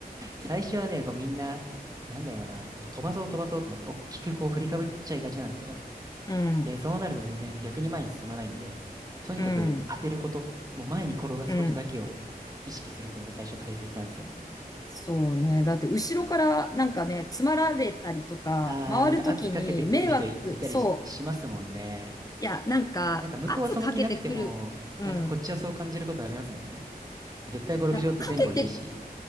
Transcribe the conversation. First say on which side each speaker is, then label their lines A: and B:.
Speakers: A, on the right; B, on the left.
A: 最初はね、こうみんな、なんだろうな、こう飛ばそう飛ばそうと思って、大きくこう振りかぶっちゃいがちなんですよ。
B: うん、
A: で、そうなると全然逆に前に進まないんで、とにかく当てること、
B: うん、
A: もう前に転がすことだけを意識するっていうのが最初大切なんですよね。
B: うん。そうね。だって、後ろからなんかね、詰まられたりとか、
A: あー、
B: 回るときに迷惑、
A: なんか圧かけてくる人いいたりししますもんね。
B: そう。いや、なんか、
A: なんか向こうはその気なくても、
B: 圧かけてくる。うん。
A: なんかこっちはそう感じることありますもんね。絶対ゴルフ場って前後いるし。
B: なんか、かけて